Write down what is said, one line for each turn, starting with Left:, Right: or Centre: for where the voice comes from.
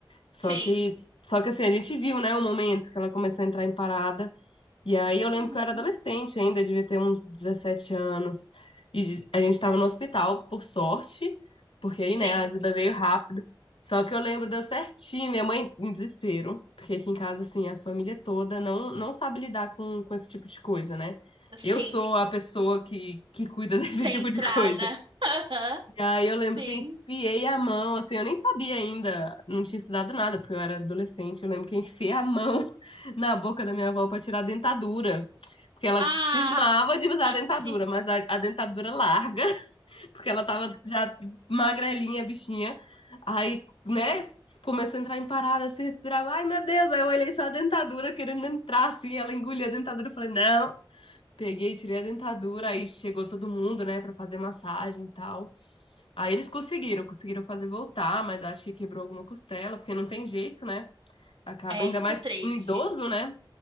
Left: só
Right: Sim,
Left: que, só que assim, a gente viu, né, o momento que ela começou a entrar em parada, e aí eu
Right: Uhum.
Left: lembro que eu era adolescente ainda, devia ter uns 17 anos. E a gente estava no hospital, por sorte, porque aí,
Right: sim,
Left: né, a ajuda veio rápido. Só que eu lembro, deu certinho, minha mãe em desespero, porque aqui em casa, assim, a família toda não, não sabe lidar com, com esse tipo de coisa, né?
Right: sim.
Left: Eu sou a pessoa que, que cuida <laughs> desse
Right: Sem
Left: tipo
Right: entrada.
Left: de coisa.
Right: <laughs> Aham,
Left: E aí eu lembro
Right: sim.
Left: que eu enfiei a mão, assim, eu nem sabia ainda, não tinha estudado nada, porque eu era adolescente. Eu lembro que eu enfiei a mão <laughs> na boca da minha avó para tirar a dentadura. Porque ela
Right: Ah,
Left: cismava
Right: <laughs>
Left: de usar a dentadura,
Right: Tati.
Left: mas a, a dentadura larga, <laughs> porque ela tava já magrelinha, bichinha. Aí, né, começou a entrar em parada, se respirar. Ai, meu Deus! Aí eu olhei só a dentadura querendo entrar, assim, ela engolia a dentadura. Eu falei, não. Peguei, tirei a dentadura, aí chegou todo mundo, né, pra fazer massagem e tal. Aí eles conseguiram, conseguiram fazer voltar, mas acho que quebrou alguma costela, porque não tem jeito, né? Acaba
Right: É
Left: ainda
Right: muito
Left: mais
Right: triste.
Left: em idoso, né?